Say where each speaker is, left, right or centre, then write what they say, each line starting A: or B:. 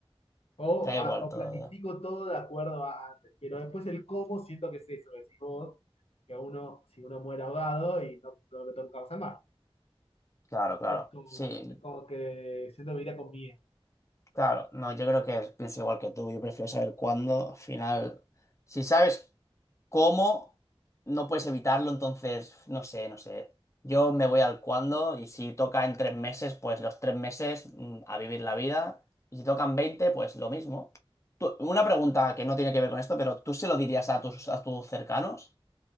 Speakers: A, on the left (about 75°); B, on the left (about 30°).
A: O,
B: Te da
A: a-
B: igual
A: o
B: todo
A: planifico
B: ya.
A: todo de acuerdo a antes, pero después el cómo siento que es eso, que decís vos, que uno, si uno muere ahogado y no, no me meto nunca más al mar.
B: Claro, claro.
A: Es como,
B: Sí,
A: es como que siento que iría con miedo.
B: Claro, no, yo creo que pienso igual que tú. Yo prefiero saber cuándo. Al final, si sabes cómo, no puedes evitarlo, entonces, no sé, no sé. Yo me voy al cuándo y si toca en tres meses, pues los tres meses mm, a vivir la vida. Y si tocan 20, pues lo mismo. Tú- una pregunta que no tiene que ver con esto, pero ¿tú se lo dirías a tus, a tus cercanos